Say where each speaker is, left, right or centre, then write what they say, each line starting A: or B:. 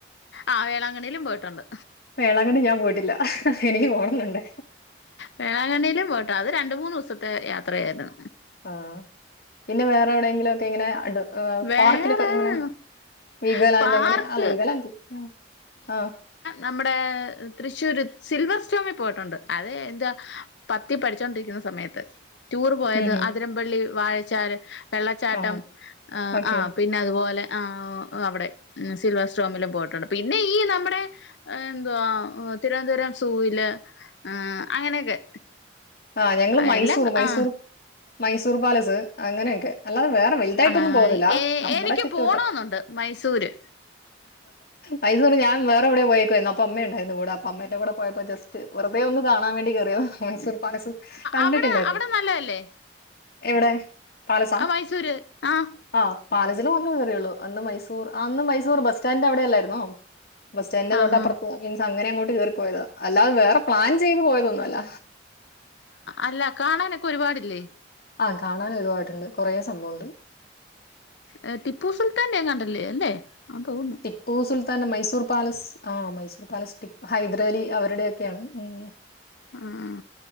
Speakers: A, on the left (about 75°); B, on the left (about 55°).
A: ആഹ് വേളാങ്കണ്ണിയിലും പോയിട്ടുണ്ട്
B: വേളാങ്കണ്ണി ഞാൻ പോയിട്ടില്ല എനിക്ക് പോണംന്നുണ്ട്
A: വേളാങ്കണ്ണി യിലും പോയ്ട്ടാ അത് രണ്ട് മൂന്ന് ദിവസത്തെ യാത്രയായിരുന്നു
B: ആ പിന്നെ വേറെ എവ്ടെയെങ്കിലും ഒക്കെ ഇങ്ങനെ അടു
A: വേറെ
B: പാർക്കിലൊക്കെ എങ്ങനെ വീഗാലാൻറ്
A: പാർക്ക്
B: അങ്ങനെ അല്ല വീഗാലാന്റ്ല് ആ
A: നമ്മ്ടേ തൃശ്ശൂര് സിൽവർ സ്റ്റോമിൽ പോയിട്ടുണ്ട് അത് എന്താ പത്തിൽ പഠിച്ചോണ്ടിരിക്ക്ണ സമയത്ത് റ്റൂറ് പോയത്
B: ഉം ഉം
A: അതിരംപള്ളി, വാഴച്ചാല്, വെള്ളച്ചാട്ടം
B: ആഹാ
A: ആ
B: ഓക്കെ
A: ആ പിന്നെ അതുപോലെ ആ അവ്ടെ ഉം സിൽവർ സ്റ്റോമിലും പോയിട്ടുണ്ട് പിന്നെ ഈ നമ്മടെ ആ എന്തുവാ തിരുവനന്തപുരം സൂയ്ല് ആ അങ്ങനെയൊക്കെ
B: ആ ഞങ്ങള് മൈസൂറ്
A: എല്ലാം
B: മൈസൂറ്
A: ആ
B: മൈസൂറ് പാലസ് അങ്ങനെയൊക്കെ അല്ലാതെ വേറെ വൽ തായിട്ടൊന്നും
A: ആ
B: പോവുന്നില്ലാ നമ്മുടെ
A: എനിക്ക്
B: ചുറ്റുവട്ടം
A: പോണോന്നുണ്ട് മൈസൂര്
B: മൈസൂറ് ഞാൻ വേറെ എവ്ടേ പോയേക്കുവായ്ര്ന്നു അപ്പൊ അമ്മയുണ്ടായിരുന്നു കൂടെ അപ്പ അമ്മേന്റെ കൂടെ പോയപ്പോ ജസ്റ്റ് റ്റ് വെറുതെ ഒന്ന് കാണാൻ വേണ്ടി കേറിയതാ മൻസൂർ പാലസ് കണ്ടിട്ടില്ലായ്ര്ന്നു
A: അവിടെ അവിടെ നല്ലതല്ലേ
B: എവ്ടേ പാലസാ
A: ആ മൈസൂര് ആഹ്
B: ആ പാലസ് ല് മാത്രേ കേറിയൊള്ളൂ അന്ന് മൈസൂർ ആ അന്ന് മൈസൂർ ബസ് സ്റ്റാന്റ് അവ്ടെ അല്ലായ്രുന്നോ ബസ് സ്റ്റാൻൽന്റെ തൊട്ട്
A: ആഹാ
B: അപ്പുറത്ത് മീൻസ് അങ്ങനെ അങ്ങോട്ട് കേറിപ്പോയതാ അല്ലാതെ വേറെ പ്ലാൻ ചെയ്ത് പോയതൊന്നും അല്ല
A: അല്ല കാണാനൊക്കെ ഒരുപാടില്ലേ
B: ആ കാണാൻ ഒര്പാട്ണ്ട് കൊറേ സംഭവം ഉണ്ട്
A: ഏ ട്ടിപ്പു സുൽത്താന്റെ എങ്ങാണ്ടല്ലേ അല്ലേ ആന്ന് തോന്നുന്നു
B: ടിപ്പു സുൽത്താന്റെ മൈസൂർ പാലസ് ആ മൈസൂർ പാലസ് ടിപ് ഹൈദറലി അവരുടെയൊക്കെയാണ് ഉം
A: ഉം